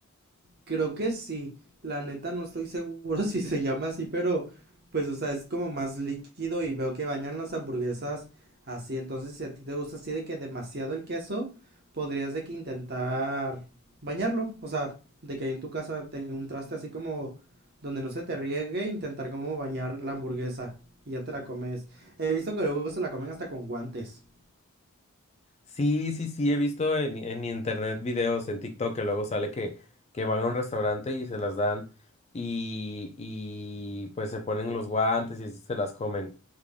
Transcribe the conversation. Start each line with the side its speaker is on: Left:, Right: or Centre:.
Right: Creo que sí, la neta no estoy seguro <laughs> si se llama así, pero pues o sea, es como más líquido y veo que bañan las hamburguesas así, entonces si a ti te gusta así de que demasiado el queso, podrías de que intentar bañarlo, o sea, de que ahí en tu casa tenga un traste así como donde no se te riegue, intentar como bañar la hamburguesa y ya te la comes. He visto que luego se la comen hasta con guantes.
Left: Sí, sí, sí, he visto en, en internet videos en TikTok que luego sale que, que van a un restaurante y se las dan y, y pues se ponen los guantes y así se las comen.